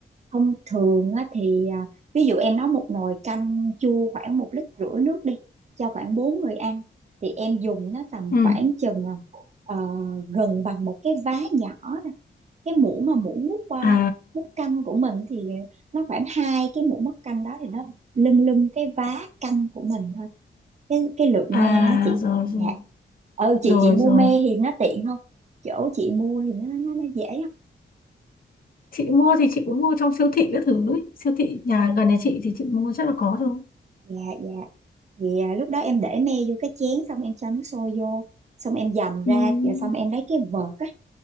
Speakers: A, on the right (about 35°); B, on the left (about 50°).
A: thông thường á, thì à, ví dụ em nấu một nồi canh chua khoảng một lít rưỡi nước đi cho khoảng 4 người ăn thì em dùng nó tầm
B: ừ
A: khoảng chừng à, ờ, gần bằng một cái vá nhỏ thôi cái muỗng mà muỗng múc à,
B: à
A: múc canh của mình thì nó khoảng hai cái muỗng múc canh đó thì nó lưng lưng cái vá canh của mình thôi cái cái lượng
B: à
A: me á chị
B: rồi rồi
A: dạ ừ
B: rồi
A: chị chị mua
B: rồi
A: me thì nó tiện không chỗ chị mua thì nó nó, nó dễ
B: chị mua thì chị cũng mua trong siêu thị các thứ ấy. siêu thị nhà gần nhà chị thì chị mua chắc là có thôi
A: dạ dạ vậy à, lúc đó em để me vô cái chén xong em cho nước sôi vô xong em dầm ra
B: ừ
A: rồi xong em lấy cái vợt á